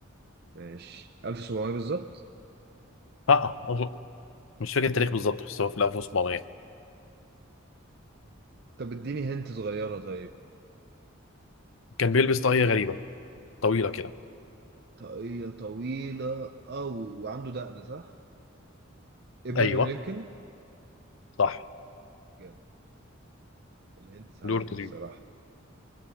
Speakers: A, on the right (about 50°); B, on the left (about 70°).
A: ماشي 1700 بالظبط
B: اه أظن- مش فاكر التاريخ بالظبط بس هو في ال 1700
A: طب اديني هنت صغيرة طيب
B: كان بيلبس طاقية غريبة طويلة كده
A: طاقية طويلة أوي وعنده دقن صح؟ إبراهام
B: ايوه
A: لينكولن
B: صح
A: جامد الهنت ساعدتني
B: دور كتير
A: الصراحة